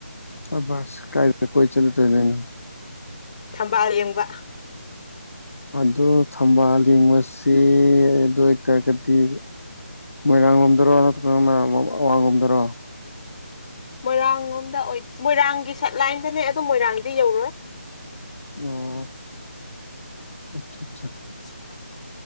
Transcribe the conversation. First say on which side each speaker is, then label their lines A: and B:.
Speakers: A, on the left; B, on the left.
A: ꯁꯕꯥꯁ ꯀꯥꯏꯗ ꯀꯣꯏ ꯆꯠꯂꯨꯗꯣꯏꯅꯣ
B: ꯊꯝꯕꯥꯜ ꯌꯦꯡꯕ
A: ꯑꯗꯨ ꯊꯝꯕꯥꯜ ꯂꯤꯡꯕꯁꯤ ꯑꯗꯨ ꯇꯔꯒꯗꯤ ꯃꯣꯏꯔꯥꯡ ꯂꯣꯝꯗꯔꯣ ꯅꯠꯇ꯭ꯔꯒꯅꯌꯥꯝ ꯑꯋꯥꯡꯡꯂꯣꯝꯗꯔꯣ
B: ꯃꯣꯏꯔꯥꯡ ꯂꯣꯝꯗ ꯑꯣꯏ ꯃꯣꯏꯔꯥꯡꯒꯤ ꯁꯠꯂꯥꯏꯟꯗꯅꯦ ꯑꯗꯨꯝ ꯃꯣꯏꯔꯥꯡꯗꯤ ꯌꯧꯔꯣꯏ
A: ꯑꯣ ꯑꯆꯥ
B: <unintelligible>